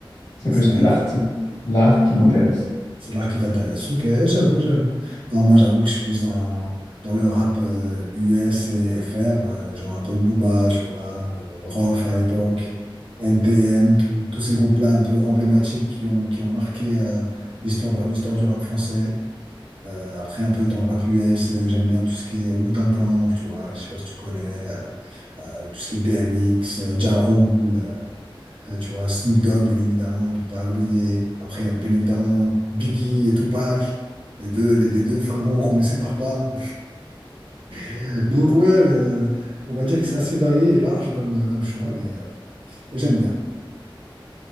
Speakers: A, on the left; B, on the right.
A: C'est
B: C'est
A: plus
B: vrai
A: l'artiste,
B: que
A: l'art qui m'intéresse.
B: c'est l'art qui t'intéresse. Ok, j'avoue, j'avoue. Non, moi, j'avoue que je suis plus dans, dans le rap euh, US et FR, euh, genre un peu Booba, tu vois, euh, Rof à l'époque, NTM, tout- tous ces groupes-là un peu emblématiques qui ont, qui ont marqué euh, l'histoire, l'histoire du rap français. Euh, après, un peu dans le rap US, euh, j'aime bien tout ce qui est Wu-Tang Clan, tu vois, je sais pas si tu connais, euh, euh, tout ce qui est DMX, euh, Ja Rule, euh, euh, tu vois, Snoop Dogg, bien évidemment, on peut pas l'oublier. Après, il y a bien évidemment Biggie et Tupac, les deux, les, les deux frérots qu'on ne sépare pas. <laughs> Donc, ouais, le- le- on va dire que c'est assez varié et large comme, euh, comme choix, mais, euh, mais j'aime bien.